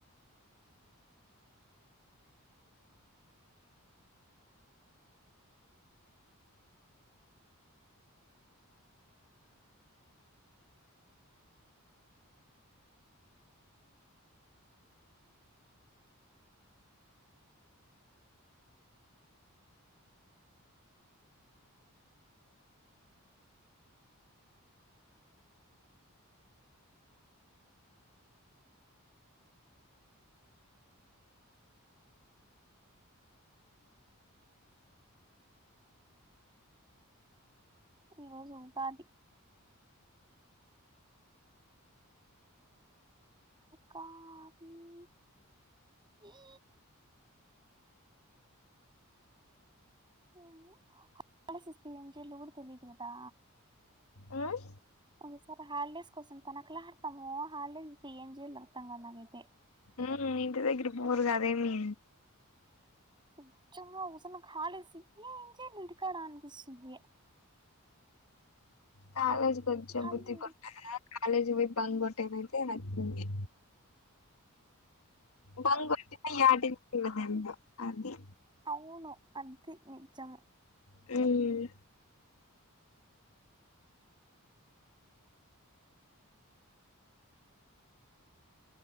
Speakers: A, on the right; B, on the left.
A: ఈ రోజు ఉంటాది క ఈ ఈ హోలీడేస్ ఇస్తే ఏం చెయలో కూడా తెలియదు కదా
B: ఉమ్
A: ఒకసారి హల్డేస్ కోసం తనకులాడతాము హల్డేస్ ఏం జెయల్లో అర్థమ్ కాలే నాగైతే
B: ఉహ్ ఇంటి దగ్గర కి పోదు అదేమి
A: కొచ్చంగా ఊసన్న కాలసి ఎమ్ చేయల్ల ఇంటి కాడా అనిపిస్తుంది.
B: కాలేజ్ కొంచం
A: ఖాళీ
B: బుద్ధి గా ఉంటాదా కాలేజ్ కి పోయి బంగ్ కొట్టేద్తేతే నచ్చంది. బంగ్ కొట్టింది యాటికి పోయినాది అంట అది
A: అవును అది నిజము
B: హుహ్